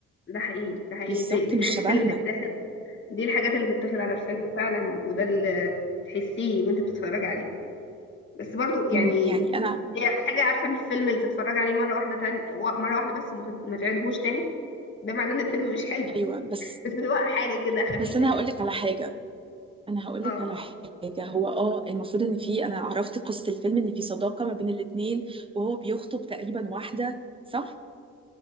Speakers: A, on the left (about 40°); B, on the right (about 20°).
A: ده حقيقي ده حقيقي
B: بالظبط
A: دي, دي
B: مش
A: الحاجات
B: شبهنا
A: اللي تتاخد دي الحاجات اللي تتاخد على الفيلم فعلا وده اللي تحسيه وانت بتتفرج عليه بس برضو يعني
B: أمم، يعني انا
A: هي حاجة عارفة الفيلم اللي تتفرج عليه مرة واحدة تاني و- مرة واحدة بس وما تت- ما تعيدهوش تاني ده معناه ان الفيلم مش حلو
B: ايوه بس
A: <laughs> بس اللي هو حاجة كده خفيفة
B: بس انا
A: كده
B: هقول لك على حاجه انا هقول
A: اه
B: لك على حاجه هو اه المفروض ان في انا عرفت قصه الفيلم ان في صداقه ما بين الاتنين وهو بيخطب تقريبا واحده صح